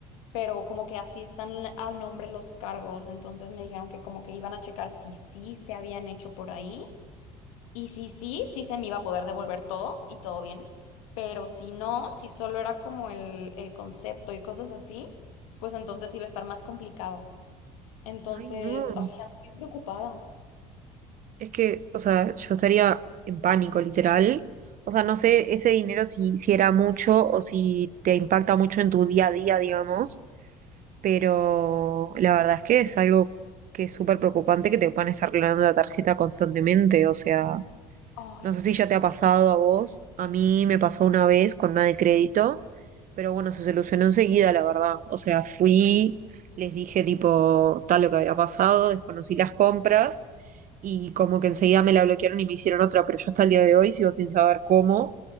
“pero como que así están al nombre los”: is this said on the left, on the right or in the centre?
Left